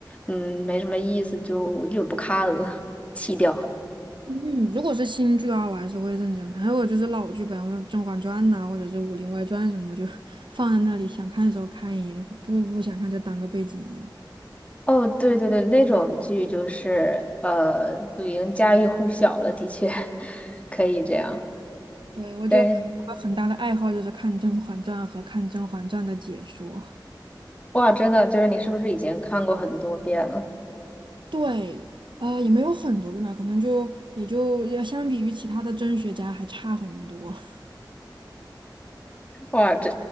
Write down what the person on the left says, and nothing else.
嗯没什么意思，就我就不看了，弃掉。
哦，对对对，那种剧就是呃，就已经家喻户晓了，的确 <laughs> 可以这样。
但是哇，真的就是你是不是已经看过很多遍了？
哇，这